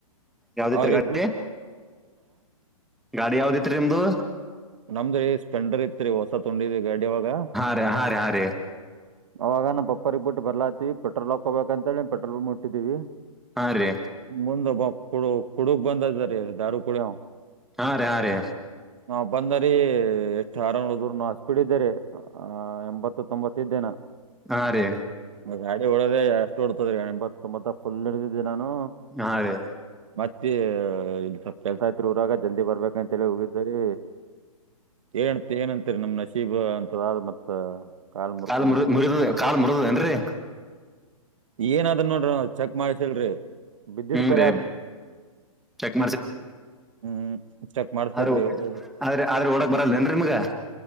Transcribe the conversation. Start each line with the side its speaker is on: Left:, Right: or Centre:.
Centre: ಯಾವ್ದಿತ್ರಿ
Right: ಅವ್ರಗ್ಬ
Centre: ಗಾಡಿ ಗಾಡಿ ಯಾವದತ್ರರಿ ನಿಮ್ದು
Right: ನಮ್ದ್ರ ಸ್ಪೆಂಡರ್ ಇತ್ರಿ ಹೊಸ ತುೊಂಡಿದ ಗಾಡಿವಾಗ
Centre: ಹಾ ರ ಹ ರ
Right: ಆವಾಗ ನಾವು ಪಪ್ಪರಿಗೆಗ್ ಬಿಟ್ಟ ಬರ್ಲಾತಿ ಪೆಟ್ರೋಲ್ ಹಾಕೋಬೇಕಂತೇಳಿ ಪೆ್ರೋಲ್ ಮುಟ್ಟಿದೀವಿ
Centre: ಹಾ ರೀ
Right: ಮುಂದಬ ಕುಡ ಕುಡಕ್ ಬಂದ ಇದ ರೀ ದಾರ ಕುಡಿಯ
Centre: ಹಾ ರೀ ಹಾ ರೀ
Right: ನಾವ್ ಬಂದರಿೀ ಎಷ್ಟು ಆರಾಮ್ಳ ದೂರ್ ನಾವ ಹಷ್ಟ ಬಿಿಡಿದರಿ ಹ ಎಂಬತ್ತು ತೊಂಬತ್ತಿದ್ದೇನ
Centre: ಹಾ ರೀ
Right: ಗಾಡಿ ಓಡದ ಎಷ್ಟು ಹೊಡ್ತದೀ ಎಂಬತ್ ತೊಂಬತ್ತ ಫುಲ್ ಹಡಿದಿದ್ದಿ ನಾನು
Centre: ಹಾ ಅ ರೇ
Right: ಮತ್ತೆ ಇ ಸ್ವಲ್ ಕೆಲ್ಸ ತ್ ಊರಾಗ ಜಲ್ದಿ ಬರ್ಬೇಕಂತೇಳಿ ಹೋಗಿದ್ದರಿ ಏ ಏನಂತರಿೀ ನಮ್ ನಶೀಬ ಅಂತದ ಮತ್ ಕಾಲ್ ಮುರ್ಕೊಂಡು
Centre: ಕಾಲ್ ಮುರ ಮುರಿದ ಕಾಲ್ ಮುರಿದದೇಏನ್ರರಿ
Right: ಏನದ್ ನೋಡ್ರಿ ನಾವ್ ಚೆಕ್ ಮಾಡ್ಸಲ್ರರಿ ವಿಿದ್ಯುತ್
Centre: ಹ್ಮ್
Right: ಕ್ಯಾಸ
Centre: ರೀ ಚೆಕ್
Right: ಹ್ಮ್ ಚೆಕ್ ಮಾಡಸ್ಬೇಕ್ರಿ
Centre: ಅ
Right: ಇವತ್ತೇಳಿ
Centre: ಆದ್ರೆ ಆದ್ರೆ ಒಳಕ್ ಬರಲ್ಲೇನ್ರಿ ಮಗ